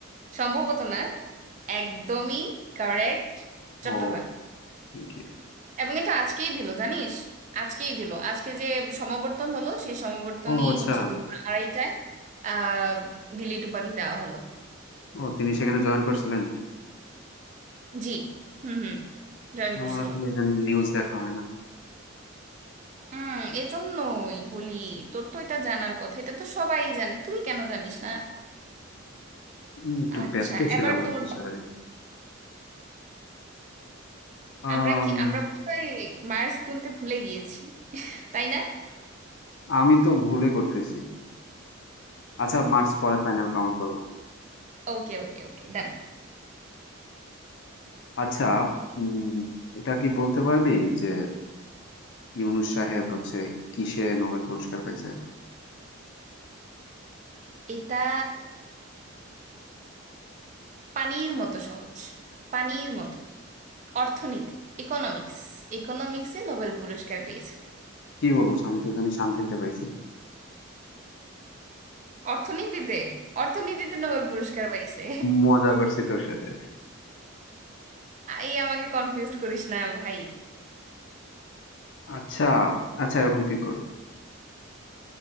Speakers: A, on the right; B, on the left.
A: সম্ভবত না একদমই কারেক্ট
B: ও
A: চট্টগ্রাম
B: thank you.
A: এবং এটা আজকেই দিল জানিস আজকেই দিল আজকে যে সমাবর্তন হলো সেই সমাবর্তনেই
B: ও আচ্ছা
A: হচ্ছে দুপুর আড়াইটায় আহ ডিলিট উপাধি দেওয়া হলো
B: ও তিনি সেখানে জয়েন করছিলেন
A: জি হুম হুম জয়েন
B: আমার
A: করছিল
B: আসলে ইদানিং নিউজ দেখা হয় না
A: হুম এজন্যই বলি তোর তো এটা জানার কথা এটা তো সবাই জানে তুই কেন জানিস না
B: উম, একটু
A: আচ্ছা
B: ব্যস্ত ছিলাম
A: এবার
B: আর
A: তোর
B: কি সারাদিন আম,
A: আমরা কি আমরা বোধহয় মার্স গুনতে ভুলে গিয়েছি তাই না
B: আমি তো ভুলে করতেছি আচ্ছা মার্চ পরে ফাইনাল কাউন্ট করব
A: ওকে ওকে ওকে ডান
B: আচ্ছা উম এটা কি বলতে পারবি যে ইউনুস সাহেব হচ্ছে কিসে নোবেল পুরস্কার পাইছে
A: এটা পানির মতো সহজ পানির মতো অর্থনীতি ইকোনমিক্স ইকোনমিক্সে নোবেল পুরস্কার পেয়েছে
B: কি বলো আমি তো জানি শান্তিতে পাইছে
A: অর্থনীতিতে অর্থনীতিতে নোবেল পুরস্কার পাইছে
B: মজা করছি তোর সাথে
A: এই আমাকে কনফিউজ করিস না ভাই
B: আচ্ছা আচ্ছা এখন তুই কর